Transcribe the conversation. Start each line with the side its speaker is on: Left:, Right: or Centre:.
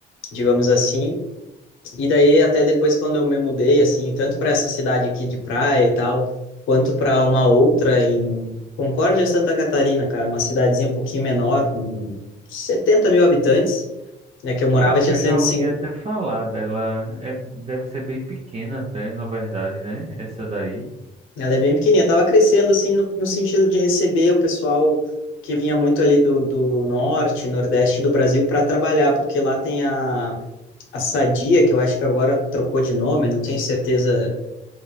Left: Digamos assim. E daí, até depois, quando eu me mudei, assim, tanto para essa cidade aqui de praia e tal, quanto para uma outra em Concórdia, Santa Catarina, cara, uma cidadezinha um pouquinho menor, com 70 mil habitantes, né, que eu morava,
Right: eu acho
Left: tinha
Right: que eu
Left: 105,
Right: já ouvi até falar dela. É, deve ser bem pequena até, na verdade, né? Essa daí.
Left: ela é bem pequenininha, tava crescendo, assim, no, no sentido de receber o pessoal que vinha muito ali do, do norte, nordeste do Brasil para trabalhar, porque lá tem a, a Sadia, que eu acho que agora trocou de nome, eu não tenho certeza